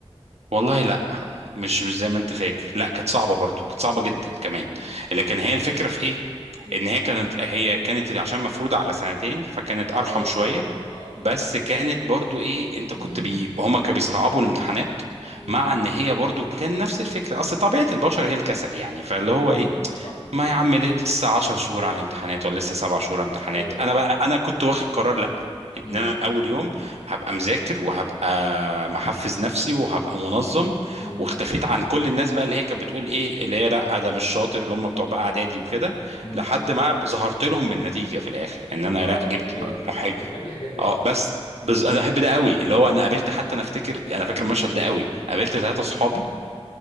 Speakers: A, on the right; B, on the left.
A: والله لا مش مش زي ما انت فاكر لا كانت
B: امم
A: صعبه برضو كانت صعبه جدا كمان
B: مم.
A: لكن هي الفكره في ايه
B: مم.
A: ان هي كانت هي كانت عشان مفروضه على سنتين فكانت
B: اه
A: ارحم شويه
B: صح اه
A: بس
B: اه
A: كانت برضو ايه انت كنت
B: <clears throat>
A: بي... هما كانوا بيصعبوا الامتحانات
B: مم.
A: مع ان هي برضو كان نفس الفكره اصل طبيعه البشر هي الكسل يعني فاللي هو
B: مم.
A: ايه
B: صح
A: ما
B: صح
A: يا عم لسه 10 شهور على الامتحانات ولا لسه 7 شهور على الامتحانات
B: ايوه
A: انا
B: ايوه
A: بقى انا كنت واخد قرار لا ان
B: مم.
A: انا من اول يوم هبقى مذاكر وهبقى محفز نفسي وهبقى منظم
B: مم.
A: واختفيت عن كل الناس بقى اللي هي كانت بتقول ايه اللي هي لا ده مش شاطر اللي هم بتوع بقى اعدادي وكده
B: مم.
A: لحد ما ظهرت لهم بالنتيجه في الاخر ان انا
B: اه
A: لا جبت
B: جامد
A: مجموع حلو
B: انا بحب الحاجات دي
A: اه
B: قوي
A: بس بس انا احب ده قوي اللي هو انا قابلت حتى انا افتكر انا فاكر المشهد ده قوي قابلت ثلاثه صحابي